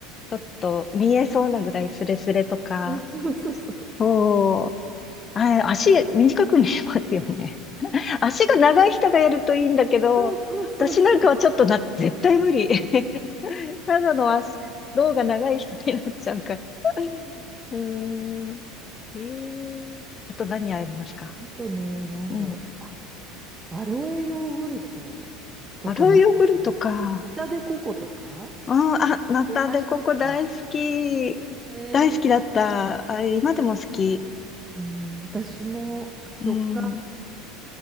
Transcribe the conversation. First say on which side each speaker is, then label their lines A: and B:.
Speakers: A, on the left; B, on the right.
A: ちょっと見えそうなぐらいスレスレとか。
B: そうそうそうそう。
A: そう。あ、足短く見えますよね。足が長い人がやるといいんだけど、
B: そうそうそうそう。
A: 私なんかはちょっとな、絶対無理。<laughs> ただの足、胴が長い人になっちゃうから。うーん。えー、あと何ありますか
B: あとね、なんだろう。
A: うん。
B: あ、アロエヨーグルトとか、
A: アロイヨーグルトか。
B: な、ホタデココとか
A: うん、あ、ナタデココ大好き。
B: 出始めた。ね
A: 大好きだった。あれ、今でも好き。
B: うん、私も食感、
A: うん。